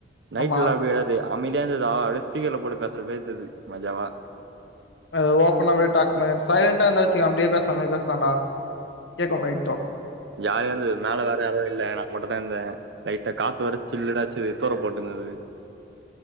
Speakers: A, on the right; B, on the left.
A: நைட்
B: ஆமா
A: எல்லா அப்படி எதா து அமைதியா இருந்துதா அப்டியே ஸ்பீக்கர்ல போட்டு பேசுற மார் தெரிது மஜாவா
B: அது ஓப்பனாவே டாக் மார் சைலண்டா இருந்தாச்சுகவே அப்படியே பேசாமா பேசான்டா கேக்கு லைட்டா
A: ஜாலியாந்தது மேல வேற யாரு இல்ல நா மட்டுந்தா இந்த லைட்ட காத்து வரச் சில்லுன்ன ச துரப்போட்டுந்தது